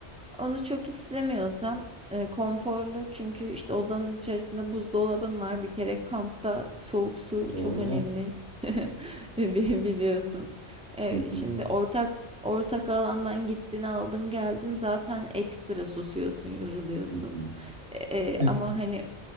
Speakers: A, in the centre; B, on the right (about 85°).
A: Onu çok istemiyorsan e, konforlu çünkü işte odanın içerisinde buzdolabın var. Bir kere kampta soğuk su
B: Oo.
A: çok önemli <laughs> Bi- biliyorsun. E,
B: Hı hı.
A: şimdi ortak ortak alandan gittin aldın geldin zaten ekstra susuyorsun yoruluyorsun.
B: Hı hı.
A: E, e, ama
B: <laughs>
A: hani